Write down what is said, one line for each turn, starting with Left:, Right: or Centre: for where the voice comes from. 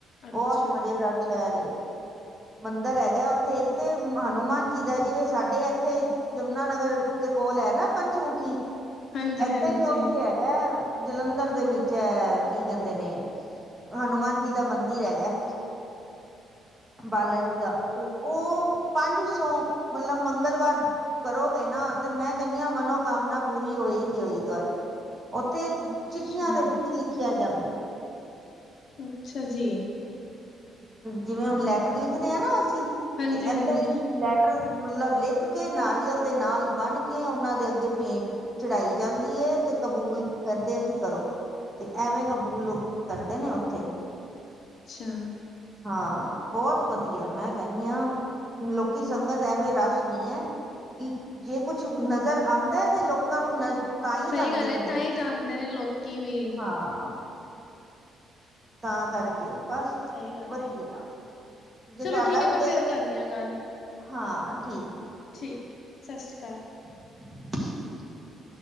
Left: ਅੱਛਾ
Right: ਬਹੁਤ ਮਜ਼ੇਦਾਰ ਸ਼ਹਿਰ ਏ। ਮੰਦਿਰ ਹੈਗਾ ਉਥੇ ਇਕ ਤੇ ਹਨੂੰਮਾਨ ਜੀ ਦਾ ਜਿਵੇ ਸਾਡੇ ਇਥੇ ਯਮੁਨਾਾਨਗਰ ਦੇ ਕੋਲ ਹੈ ਨਾ ਪੰਚਮੁਖੀ
Left: ਹਾਂਜੀ-ਹਾਂਜੀ
Right: ਏਦਾਂ ਹੀ ਉਥੇ ਹੈ। ਹੈ ਜਲੰਧਰ ਦੇ ਵਿਚ ਕੀ ਕਹਿਦੇ ਨੇ ਹਨੂੰਮਾਨ ਜੀ ਦਾ ਮੰਦਿਰ ਦਿਰ ਹੈਗਾ। ਬਾਲਾ ਜੀ ਦਾ ਤੇ ਉਹ ਪੰਜ ਸੋ ਮਤਲਬ ਮੰਗਲਵਾਰ ਕਰੋਗੇ ਨਾ ਤੇ ਮੈਂ ਕਹਿਨੀ ਆ ਮਨੋਕਾਮਨਾ ਪੂਰੀ ਹੋਏਗੀ ਹੋਏਗੀ ਤੁਵਾਡੀ। ਉਥੇ
Left: ਅੱਛਾ,
Right: ਚਿੱਠੀਆਂ ਦੇ ਵਿਚ ਲਿਖਿਆ ਜਾਦਾ ਹੈ।
Left: ਅੱਛਾ ਜੀ
Right: ਜਿਵੇ ਹੁਣ ਲੈਟਰ ਲਿਖਦੇ ਆਂ ਨਾ ਅਸੀ
Left: ਹਾਂਜੀ-ਹਾਂਜੀ
Right: ਤੇ ਏਦਾਂ ਹੀ ਲੈਟਰ ਮਤਲਬ ਲਿਖ ਕੇ ਨਾਰੀਅਲ ਦੇ ਨਾਲ ਬਣ ਕੇ ਉਹਨਾਂ ਦੇ ਅਗੇ ਭੇਟ ਚੜਾਈ ਜਾਂਦੀ ਐ ਤੇ ਕਬੂਲ ਕਹਿੰਦੇ ਅਸੀ ਕਰੋ। ਤੇ ਐਵੇਂ ਕਬੂਲ ਕਰਦੇ ਨੇ ਉੱਥੇ
Left: ਅੱਛਾ
Right: ਹਾਂ ਬਹੁਤ ਵਧੀਆ ਮੈਂ ਕਹਿੰਦੀ ਹਾਂ ਲੋਕੀ ਸੰਗਤ ਐਵੇ ਰਸ਼ ਨਹੀ ਹੈ। ਜੇ ਕੁਛ ਨਜ਼ਰ ਆਉਦਾ ਹੈ। ਤੇ ਲੋਕਾਂ ਨੂੰ ਨ ਤਾਂ ਹੀ
Left: ਸਹੀ
Right: ਜਾਂਦੇ
Left: ਗੱਲ ਏ
Right: ਨੇ
Left: ਤਾਂ
Right: ਨਾ
Left: ਹੀ ਜਾਣਦੇ ਨੇ ਲੋਕੀ ਵੀ
Right: ਹਾਂ- ਤਾਂ ਕਰਕੇ ਬਸ
Left: ਸਹੀ ਗੱਲ
Right: ਵਧੀਆ
Left: ਹੈ
Right: ਜੇ
Left: ਚਲੋ
Right: ਤੁਹਾਡਾ
Left: ਠੀਕ ਹੈ ਮੈਂ
Right: ਵੀ
Left: ਫੇਰ
Right: ਦਿਲ
Left: ਕਰਨੀ ਆ ਗੱਲ
Right: ਹਾਂ ਠੀਕ ਹੈ।
Left: ਠੀਕ ਹੈ ਸਤਿ ਸ਼੍ਰੀ ਅਕਾਲ
Right: <inaudible>